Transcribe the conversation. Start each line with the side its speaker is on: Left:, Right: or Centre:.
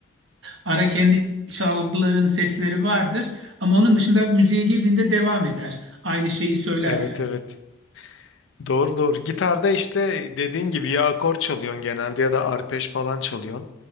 Right: ara kendi çalgıların sesleri vardır. Ama onun dışında müziğe girdiğinde devam eder. Aynı şeyi söyler
Left: Evet
Right: yani.
Left: evet. Doğru doğru. Gitarda işte dediğin gibi ya akor çalıyorsun genelde ya da arpej falan çalıyorsun.